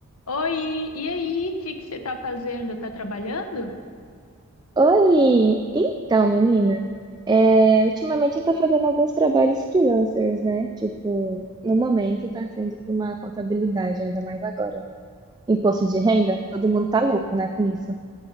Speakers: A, on the left (about 75°); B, on the right (about 20°).
A: Oi, e aí? O que que você está fazendo? Está trabalhando?
B: Oi! Então, menina, é, ultimamente eu tô fazendo alguns trabalhos freelancers, né? Tipo, no momento tá sendo para uma contabilidade, ainda mais agora, no imposto de renda. Todo mundo tá louco, né, com isso.